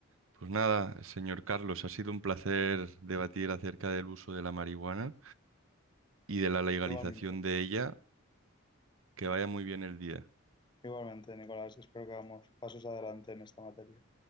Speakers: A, on the right; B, on the left.
A: Pues nada, señor Carlos, ha sido un placer debatir acerca del uso de la marihuana y de la legalización
B: Igualmente,
A: de ella. Que vaya muy bien el día.
B: igualmente, Nicolás, espero que hagamos pasos adelante en esta materia.